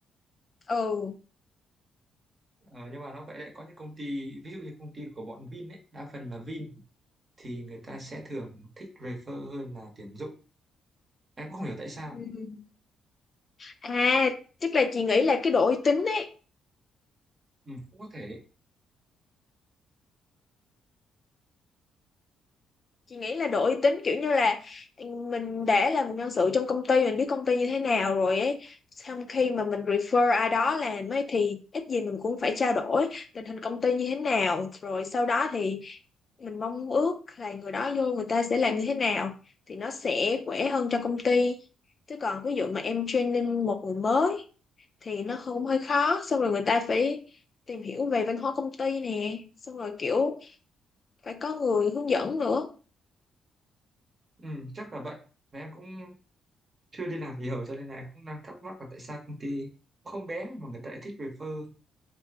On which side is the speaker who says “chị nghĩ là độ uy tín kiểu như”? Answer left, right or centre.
Left